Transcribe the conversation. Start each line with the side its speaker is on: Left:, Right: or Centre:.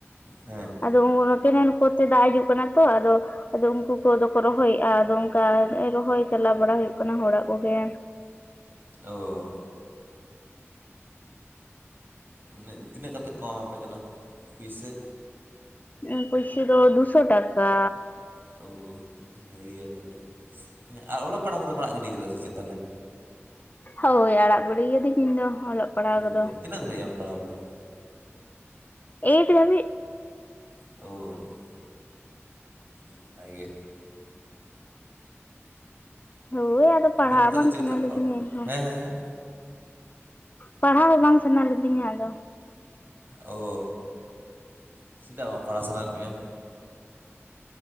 Right: ᱦᱮᱸ
Left: ᱟᱫᱚ ᱠᱮᱱᱮᱞ ᱠᱚᱨᱛᱮ ᱫᱟᱜ ᱦᱤᱡᱩᱜ ᱠᱟᱱᱟ ᱛᱚ ᱟᱫᱚ ᱟᱫᱚ ᱩᱝᱠᱩ ᱠᱚᱫᱚ ᱠᱚ ᱨᱚᱦᱚᱭᱮᱜᱼᱟ᱾ ᱟᱫᱚ ᱚᱝᱠᱟ ᱨᱚᱦᱚᱭ ᱪᱟᱞᱟᱣ ᱵᱟᱲᱟ ᱦᱩᱭᱩᱜ ᱠᱟᱱᱟ ᱦᱚᱲᱟᱜ ᱠᱚᱜᱮ᱾
Right: ᱳ ᱱᱟᱹᱜ ᱛᱤᱱᱟᱹᱜ ᱠᱟᱛᱮᱜ ᱠᱚ ᱮᱢᱟᱯᱮ ᱠᱟᱱᱟ ᱯᱩᱭᱥᱟᱹ?
Left: ᱤᱧᱟᱜ ᱯᱚᱭᱥᱟᱹ ᱫᱚ ᱫᱩᱥᱚ ᱴᱟᱠᱟ᱾
Right: ᱳ ᱵᱷᱟᱜᱤ ᱜᱮ ᱛᱟᱦᱞᱮ ᱦᱮᱸ ᱟᱨ ᱚᱞᱚᱜ ᱯᱟᱲᱦᱟᱜ ᱠᱚᱫᱚᱢ ᱟᱲᱟᱜ ᱜᱤᱰᱤᱭ ᱠᱟᱫᱟ ᱥᱮ ᱪᱮᱫ ᱛᱟᱦᱞᱮ?
Left: ᱦᱳᱭ ᱟᱲᱟᱜ ᱵᱩᱲᱤᱭ ᱠᱟᱹᱫᱤᱧ ᱤᱧ ᱫᱚ ᱚᱞᱚᱜ᱾ ᱯᱟᱲᱦᱟᱣ
Right: ᱚ
Left: ᱠᱚᱫᱚ
Right: ᱛᱤᱱᱟᱹᱜ ᱫᱷᱟᱹᱨᱤᱡ ᱮᱢ ᱯᱟᱲᱦᱟᱣ ᱞᱮᱱᱟ?
Left: ᱮᱭᱤᱴ ᱫᱷᱟᱵᱤᱡ
Right: <unintelligible> ᱱᱟᱯᱟᱭ ᱜᱮ
Left: ᱦᱳᱭ ᱟᱫᱚ ᱯᱟᱲᱦᱟᱜ
Right: ᱱᱤᱛᱚᱜ
Left: ᱵᱟᱝ
Right: ᱫᱚ ᱪᱮᱫ
Left: ᱥᱟᱱᱟ
Right: ᱞᱮᱠᱟ
Left: ᱞᱤᱫᱤᱧᱟ ᱤᱧ ᱦᱚᱸ᱾
Right: ᱦᱮᱸ ᱦᱮᱸ ᱦᱮᱸ
Left: ᱯᱟᱲᱦᱟᱣ ᱦᱚᱸ ᱵᱟᱝ ᱥᱟᱱᱟ ᱞᱤᱫᱤᱧᱟ ᱟᱫᱚ᱾
Right: ᱚ ᱪᱮᱫᱟᱜ ᱵᱟᱢ ᱯᱟᱲᱦᱟᱜ ᱥᱟᱱᱟᱭᱮᱫ ᱢᱮᱭᱟ?